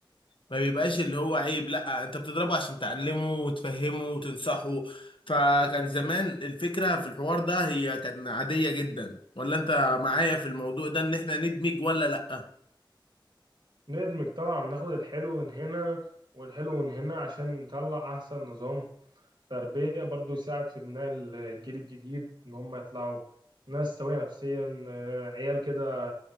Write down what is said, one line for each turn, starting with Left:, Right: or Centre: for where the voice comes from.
Left: ما بيبقاش اللي هو عيب لا انت بتضربه عشان تعلمه وتفهمه وتنصحه فكان زمان الفكرة في الحوار ده هي كانت عادية جدا ولا انت معايا في الموضوع ده ان احنا ندمج ولا لا
Right: ندمج طبعا ناخد الحلو من هنا والحلو من هنا عشان نطلع أحسن نظام تربية برضو يساعد في بناء الجيل الجديد إن هم يطلعوا ناس سوية نفسيا آه، عيال كده